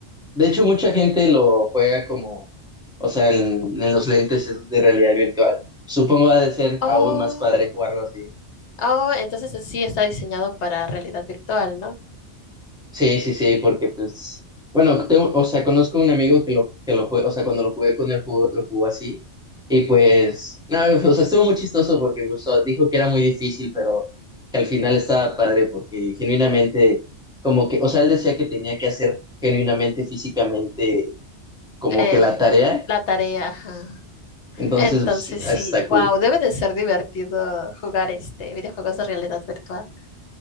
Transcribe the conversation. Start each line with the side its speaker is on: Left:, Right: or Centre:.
Centre: de hecho mucha gente lo juega como, o sea, en, en los lentes esos de realidad virtual. Supongo ha de ser
Left: Oh,
Centre: aún más padre jugarlo así.
Left: oh, entonces eh, sí está diseñado para realidad virtual, ¿no?
Centre: Sí, sí, sí, porque pues, bueno, tengo, o sea, conozco un amigo que lo, que lo jugué, o sea, cuando lo jugué con él jugó- lo jugó así, y pues, no, o sea, estuvo muy chistoso porque pues, o sea, dijo que era muy difícil, pero que al final estaba padre porque genuinamente, como que, o sea, él decía que tenía que hacer genuinamente, físicamente, como
Left: Eh,
Centre: que la tarea,
Left: la tarea, ajá.
Centre: entonces,
Left: Entonces
Centre: pues,
Left: sí,
Centre: está cool.
Left: wow, debe de ser divertido jugar este videojuegos de realidad virtual.